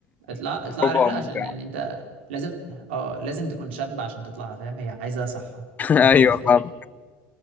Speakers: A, on the right; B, on the left.
A: اطلع اطلع
B: تجربة
A: رحلة
B: ممتعة
A: عشان يعني انت لازم اه لازم تكون شاب عشان تطلعها فاهم هي عايزة صحة
B: <laughs>
A: <laughs> من الآخر
B: أيوه
A: يعني.